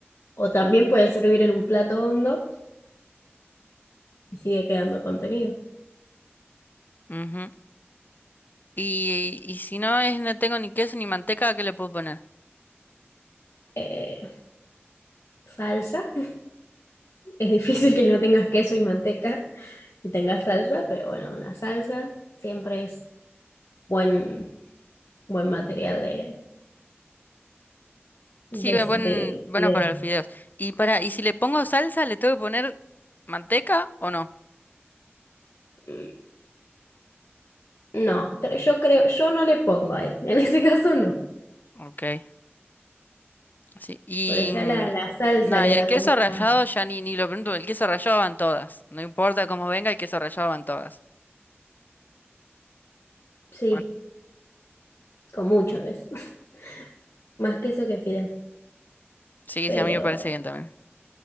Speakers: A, on the left (about 80°); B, on the left (about 45°).
A: O también puedes servir en un plato hondo y sigue quedando contenido.
B: Ujú. Y, y si no es, no tengo ni queso ni manteca, ¿qué le puedo poner?
A: Eh, salsa. <laughs> Es difícil que no tengas queso y manteca y tengas salsa, pero bueno, una salsa siempre es buen, buen material de, de,
B: Sí, me ponen,
A: de
B: bueno,
A: video.
B: para los fideos. Y para, y si le pongo salsa, ¿le tengo que poner manteca o no?
A: Mm, No, cre- yo creo, yo no le pongo ahí. <laughs> En ese caso no.
B: Ok. Sí, y
A: Porque ya
B: mm,
A: la, la salsa
B: nada,
A: le
B: y el
A: da
B: queso
A: como
B: rallado
A: una...
B: ya ni, ni lo pregunto, el queso rallado van todas. No importa cómo venga, el queso rallado van todas.
A: Sí,
B: Bueno,
A: con mucho queso. <laughs> Más queso que fideo.
B: sí,
A: Pero
B: sí, a mí me parece bien también.